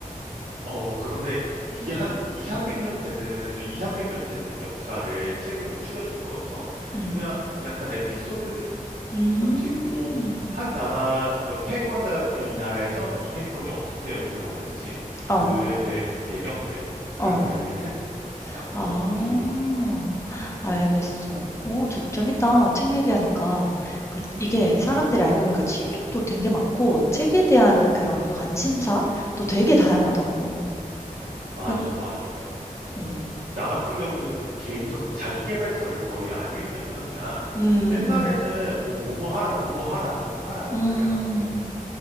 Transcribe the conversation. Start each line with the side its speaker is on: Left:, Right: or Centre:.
Right: 어, 그런데 이게 한 2, 300년 되는, 2, 300년 되는 역사를 책으로 추려둔 거여서
Left: 음.
Right: 그냥 약간 에피소드
Left: 음.
Right: 형식으로 한 나라 패권자였던 이 나라에서 이 패권이 어떻게 옮겨갔는지
Left: 어.
Right: 그의 배, 배경들 그런
Left: 어.
Right: 이야기를 해줘. 난 그래서
Left: 아.
Right: 개인적으로 좋아해.
Left: 알겠어. 오, 저 재밌다. 책 얘기하니까. 그
Right: 음,
Left: 이게 사람들이 알고 보니까 취미도 되게 많고 책에 대한 그런 관심사도 되게 다양하더라고.
Right: 맞아,
Left: 그
Right: 맞아. 어,
Left: 음.
Right: 나 같은 경우는 개인적으로 자기계발서를 거의 안 읽는 편이야.
Left: 음.
Right: 옛날에는
Left: 음.
Right: 뭐 뭐뭐 하라, 뭐뭐 하라, 뭐뭐 하라 막
Left: 음.
Right: 그래가지고